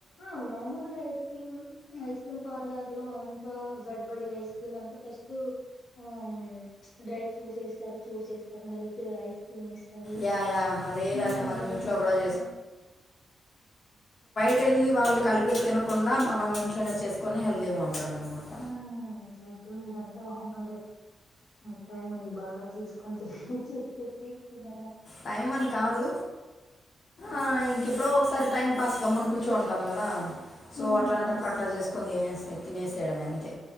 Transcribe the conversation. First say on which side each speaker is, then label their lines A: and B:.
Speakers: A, on the left; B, on the left.
A: ఆ మామూలుగా ice cream ice ice cream parlour లో అంతా గడ్బడగ ఐస్ క్రీమ్ అంతా ఫస్ట్ ఆ డ్రై ఫ్రూట్స్ వేస్తారు ఫ్రూట్స్ వేస్తారు మళ్ళకి ఐస్ క్రీమ్ ఏస్ స్తారు
B: యా యా అదేలాగానే
A: ఆ
B: మనం
A: అవన్నీ
B: ఇంట్లో
A: ఇస్తారు
B: కూడా పెళ్ళి వాళ్ళు కలిపి తినకుండా మనం ఇంట్లోనే చేసుకొని హెల్దీగా ఉండడం అనమాట
A: హ అట్ల అయితే మీరంతా హోమ్మేడే మిక్ టైమ్ ఉంది బాగా చేస్కొన్ తినేసి కేక్ తిన్నారా
B: టైం అని కాదు ఆ ఇ ఇంకెప్పుడో ఒకసారి టైం పాస్ గమ్మని కూర్చో ఉంటాం కదా సో
A: ఉమ్,
B: అట్లాంటప్పుడు
A: ఉమ్,
B: అట్లా చేస్ కొన్ని తినేస్తే తినేసేయడం అంతే